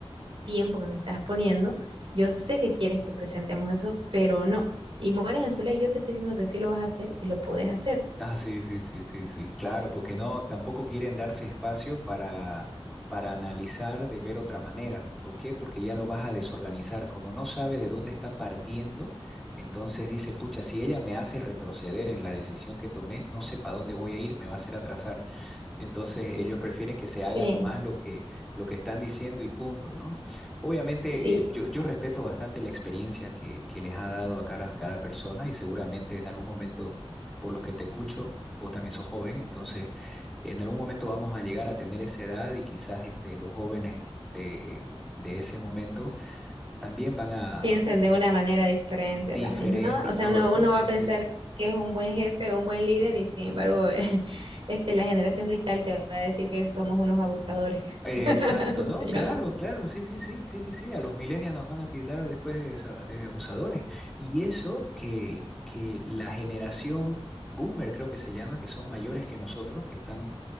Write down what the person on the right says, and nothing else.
tiempo que me estás poniendo. Yo sé que quieres que presentemos eso, pero no. Y mueren en su ley. Yo te estoy diciendo que sí lo vas a hacer y lo podés hacer.
Sí,
Sí,
piensen de una manera diferente
también, ¿no?
O sea,
uno,
uno
va a pensar que es un buen jefe o un buen líder y sin embargo, <laughs> este, la generación cristal te va a decir que somos unos abusadores.
<laughs>
Sí,
algo.